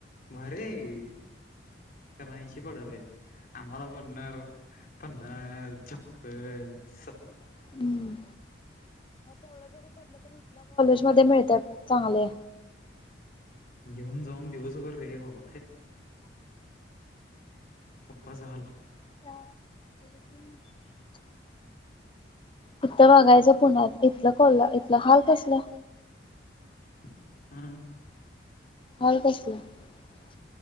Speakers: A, on the left; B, on the left.
A: भारी हाय की <unintelligible> का ऐंशी पडेल आहेत. आम्हाला कोणीनाही राव पण हा चप्पल स <inaudible>
B: हम्म बहुतेक मिळतात चांगले.
A: घेऊन जाऊन दिवसभर रे हे बाबा. पप्पांचा हाल
B: काय? इथ वाघायच पुण्यात इथल कोल्हा इथलं हाल कसल?
A: हम्म, हम्म,
B: हॉल कसली <unintelligible>